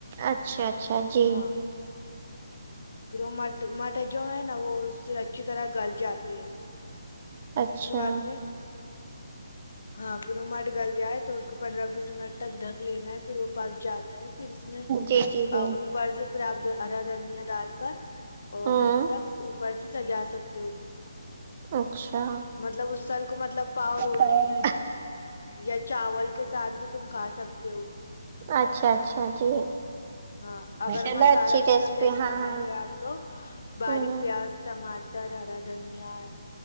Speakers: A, on the right; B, on the left.
A: اچھا اچھا جی
B: ہاں پھر وه مٹ مٹ جو ہے نا وہ اس سے اچھی طرح گل جاتے ہیں
A: اچھا
B: اس کے بعد میں ہاں پھر وہ مٹ گل جائے تو اس کو پندرہ بیس منٹ تک ڈھک لینا ہے پھر وہ پک جاتا ہے پھر اس میں
A: جی جی جی
B: اہ او اوپر سے پھر آپ ہرا دھنیا ڈال کر
A: ہوں
B: مطلب اوپر سے سجا سکتے ہو
A: اچھا
B: مطلب اس سال کو مطلب پاؤ روٹی
A: پیر
B: یا چاول کے ساتھ بھی تم کھا سکتے ہو
A: اچھا اچھا جی
B: ہاں اگر
A: چلو
B: مسالہ
A: اچھی
B: وسال
A: ریسیپی
B: جیسی
A: ہاں
B: بنائیں
A: ہاں
B: گے آپ تو باریک
A: ہوں
B: پیاز ٹماٹر ہرا دھنیا